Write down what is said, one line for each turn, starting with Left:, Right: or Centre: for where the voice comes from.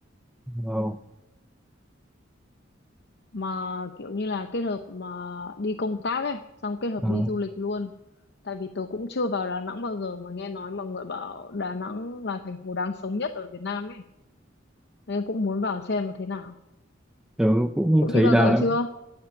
Centre: Wow.
Left: mà kiểu như là kết hợp mà đi công tác ấy xong kết hợp
Centre: Ờ,
Left: đi du lịch luôn tại vì tớ cũng chưa vào Đà Nẵng bao giờ mà nghe nói mọi người bảo Đà Nẵng là thành phố đáng sống nhất ở Việt Nam ấy nên cũng muốn vào xem là thế nào
Centre: tớ cũng
Left: cậu
Centre: thấy
Left: đi bao
Centre: Đà
Left: giờ
Centre: Nẵng
Left: chưa